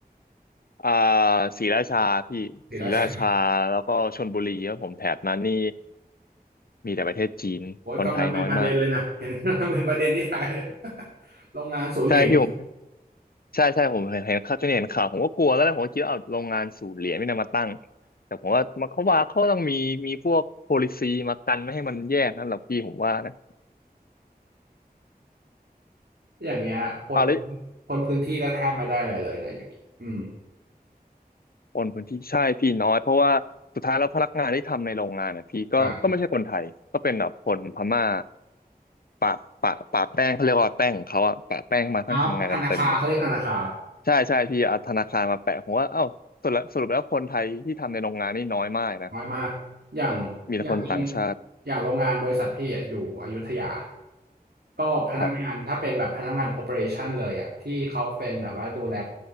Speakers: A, on the left; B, on the right.
A: อ่าศรีราชาพี่ศรีราชาแล้วก็ชลบุรีครับผมแถบนั้นนี่
B: ศรีราชา
A: มีแต่ประเทศจีนคนไทยน้อยมาก
B: โอ้ยกำลังเป็นประเด็นเลยนะเห็นกำลังเป็นประเด็นที่ไทย <laughs> โรงงานศูนย์เหรียญ
A: ใช่พี่ผม ใช่ใช่ผมเห็นเห็นข่าวจนเห็นข่าวผมก็กลัวแล้วนะผมก็คิดว่าเอาโรงงานสูบเหรียญไม่นำมาตั้งแต่ผมว่ามันเขาว่าเขาต้องมีมีพวก policy มากันไม่ให้มันแยกนั่นหรอกพี่ผมว่านะ
B: อย่างเงี้ยคน
A: เอาแล้ว
B: คนพื้นที่ก็แทบไม่ได้อะไรเลยนะอย่างนี้อืม
A: โอนพื้นที่ใช่พี่น้อยเพราะว่าสุดท้ายแล้วพนักงานที่ทำในโรงงานนะพี่ก็ก็ไม่ใช่คนไทยก็เป็นแบบคนพม่า
B: อ่า
A: ปะปะปะแป้งเขาเรียกว่าแป้งของเขาอะปะแป้งมาทั้งทำงานกันเต็มเลย
B: อัพธนาคารเขาเรียกธนาคาร
A: ใช่ใช่พี่เอาธนาคารมาแปะผมว่าเอ้าสรุปแล้วสรุปแล้วคนไทยที่ทำในโรงงานนี่น้อยมากนะ
B: น้อยมาก อย่าง
A: มีแต่คนต่างชาติ
B: อย่างโรงอย่างโรงงานบริษัทพี่อ่ะอยู่อยุธยา ก็พนักงานถ้าเป็นแบบพนักงานโอ
A: ครับ
B: e r a t i o n เลยอ่ะที่เขาเป็นแบบว่าดูแล